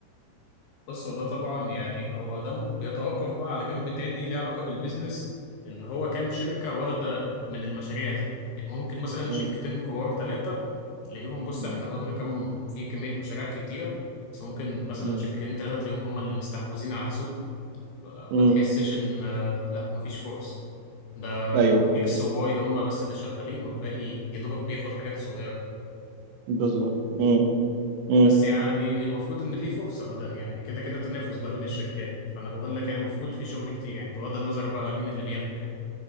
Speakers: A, on the left; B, on the right.
A: بص هو ده طبعا يعني هو ده بيتوقف بقى على جنب تاني ليه علاقة بالبيزنس ان هو كام شركة واخدة من المشاريع دي يعني ممكن مثلا شركتين
B: مم.
A: كبار ثلاثة تلاقيهم بص
B: مم.
A: احنا واخدنا كام في كمية مشاريع كتيرة بس ممكن مثلا
B: مم.
A: شركتين ثلاثة تلاقيهم هم اللي مستحوذين على السوق آه،
B: مم.
A: ما تحسش ان آه، لا مفيش فرص ده
B: ايوه
A: اكس وواي هم بس اللي شغالين والباقي يا دوبك بياخد حاجات صغيرة
B: بالظبط مم. مم.
A: بس يعني المفروض ان في فرصه ما ده يعني كده كده تنافس بقى بين الشركات فانا بقول لك يعني المفروض
B: مم.
A: في شغل كتير يعني بغض النظر بقى مين اللي بياخده يعني